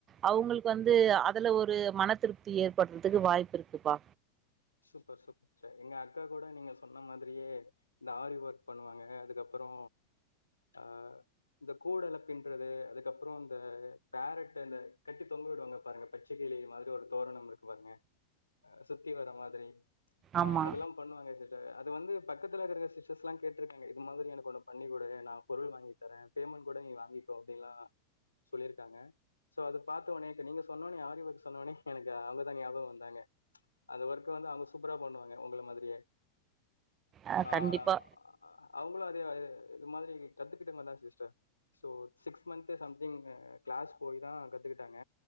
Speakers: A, on the right; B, on the left.
A: அவங்களுக்கு வந்து அதுல ஒரு மன திருப்தி ஏற்படுறதுக்கு வாய்ப்பு இருக்குப்பா
B: சூப்பர் சூப்பர் சிஸ்டர் எங்க அக்கா கூட நீங்க சொன்ன மாதிரியே இந்த ஆரி ஒர்க் பண்ணுவாங்க அதுக்கப்புறோ அஹ் இந்த கூடல பின்றது அதுக்கப்புறோ இந்த பேரட் இந்த கட்டி தொங்க விடுவாங்க பாருங்க பச்ச கிளி மாரி ஒரு தோரண இருக்கு பாருங்க ஹ் சுத்தி வர மாரி சேரி அஹ்
A: ஆமா
B: அதெல்லாம் பண்ணுவாங்க சிஸ் அது வந்து பக்கத்துல இருக்குற சிஸ்டர்ஸ் எல்லா கேட்டிருக்காங்க இது மாதிரி எனக்கு ஒன்னு பண்ணி குடு நான் பொருள் வாங்கி தரேன் பேமெண்ட் கூட நீ வாங்கிக்கோ அப்படின்லா சொல்லிருக்காங்க சோ அத பாத்த உடனே இப்ப நீங்க சொன்னோன ஆரி வொர்க் சொன்னோன எனக்கு அவங்க தான் ஞாபகம் வந்தாங்க அது ஒரு வந்து அவங்க சூப்பரா பண்ணுவாங்க உங்கள மாதிரியே
A: அ
B: ஆஹ்
A: கண்டிப்பா
B: அவங்களும் அதேது இது மாதிரி கற்றுக்கிட்டங்க தான் சிஸ்டர் ஸோ சிக்ஸ் மந்த்தே சம்திங் க்ளாஸ் போய் தான் கத்துக்கிட்டாங்க